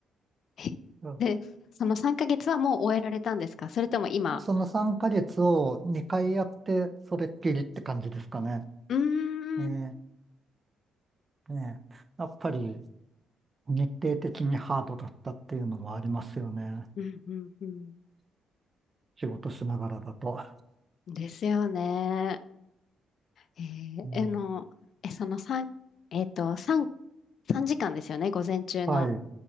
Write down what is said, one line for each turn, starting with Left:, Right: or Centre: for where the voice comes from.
Left: <laughs>
Right: いや
Left: で、その3ヶ月はもう終えられたんですかそれとも今、
Right: その3ヶ月を2回やって、それっきりって感じですかね。
Left: うー
Right: ええ、ね
Left: ん。
Right: え、やっぱり、日程的にハードだったっていうのもありますよね。
Left: うんうんうん。
Right: 仕事しながらだと。
Left: ですよね。えー、
Right: うん、
Left: あの、え、その3、えっと、3、3時間ですよね、午前中の。
Right: はい。